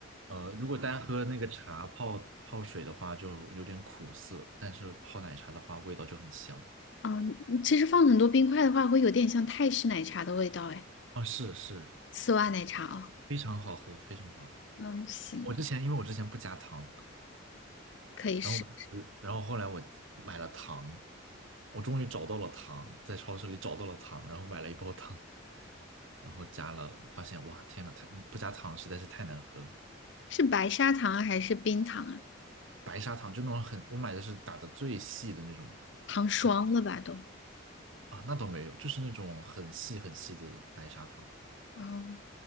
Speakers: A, on the right (about 75°); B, on the left (about 60°).
A: 呃，如果单喝那个茶泡泡水的话，就有点苦涩，但是泡奶茶的话，味道就很香
B: 嗯，其实放很多冰块的话，会有点像泰式奶茶的味道，哎。
A: 啊，是是，
B: 丝袜奶茶哦，
A: 非常好喝，非常好喝。
B: 嗯，行，
A: 我之前因为我之前不加糖，
B: 可以试。
A: 然后我然后后来我买了糖，我终于找到了糖，在超市里找到了糖，然后买了一包糖，然后加了，发现哇，天呐，太不加糖实在是太难喝了。
B: 是白砂糖啊还是冰糖啊？
A: 白砂糖就那种很，我买的是打的最细的那种，
B: 糖霜了吧都？
A: 很。啊，那倒没有，就是那种很细很细的白砂糖，
B: 哦，